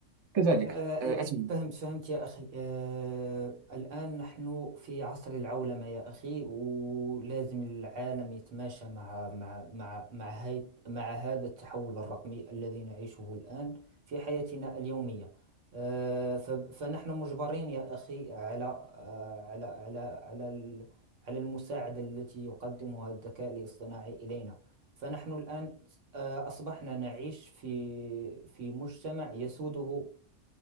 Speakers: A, on the right; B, on the right.
A: كذلك
B: آه،
A: آه، أتم...
B: فهمت فهمت يا أخي آه، الآن نحن في عصر العولمة يا أخي ولازم العالم يتماشى مع مع مع مع هاي مع هذا التحول الرقمي الذي نعيشه الآن في حياتنا اليومية آه، ف- فنحن مجبرين يا أخي على آه، على على على ال- على المساعدة التي يقدمها الذكاء الاصطناعي إلينا فنحن الآن آه، أصبحنا نعيش في في مجتمع يسوده